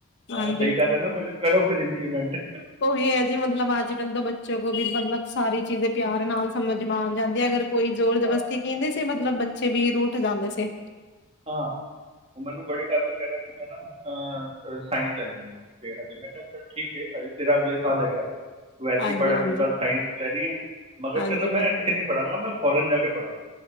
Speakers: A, on the right; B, on the left.
A: ਮੈਂ
B: ਹਾਂਜੀ।
A: ਕਿਹਾ ਸਹੀ ਕਰ ਰਿਹਾ ਨਾ ਮ ਕਰੋ ਫਿਰਰ ਇੰਪਲੀਮੈਂਟ
B: ਉਹੀ ਹੈ ਜੀ ਮਤਲਬ ਅੱਜ ਕੱਲ ਤੋਂ ਬੱਚੇ ਕੋਲ ਵੀ ਮਤਲਬ ਸਾਰੀ ਚੀਜ਼ ਪਿਆਰ ਨਾਲ ਸਮਝ ਮਾਣ ਜਾਂਦੀ ਆ ਅਗਰ ਕੋਈ ਜ਼ੋਰ ਜਬਸਤੀ
A: ਹਾਂ
B: ਕਹਿੰਦੇ ਸੀ ਮਤਲਬ ਬੱਚੇ ਵੀ ਰ ਉੱਠ ਜਾਂਦੇ ਸੀ
A: ਹਾਂ ਉਹ ਮੈਨੂੰ ਬੜੇ ਟਾਈਮ ਤੋਂ ਕਹਿ ਰਿਹਾ ਕਿ ਮੈਂ ਨਾ ਅ ਸਾਇੰਸ ਲੈਣੀ ਹੈ ਤੇ ਹਜੇ ਮੈਂ ਕਿਹਾ ਚ ਠੀਕ ਏ ਹਜੇ ਤੇਰਾ ਅਗਲੇ ਸਾਲ ਹੈਗਾ ਟਵੈਲਥ
B: ਹਾਂਜੀ-ਹਾਂਜੀ,
A: ਹੀ ਪੜ੍ਹ ਅਗਲੀ ਬਾਰ ਸਾਇੰਸ ਤੇ ਲੈਣੀ ਹੈ ਮਗਰ
B: ਹਾਂਜੀ
A: ਕਹਿੰਦਾ ਮੈਂ
B: ਹਾਂਜੀ ਬਿਲਕੁਲ,
A: ਇੱਥੇ ਨੀ ਪੜਾਂਗਾ ਮੈਂ ਫੋਰਨ ਜਾ ਕੇ ਪੜਾਂ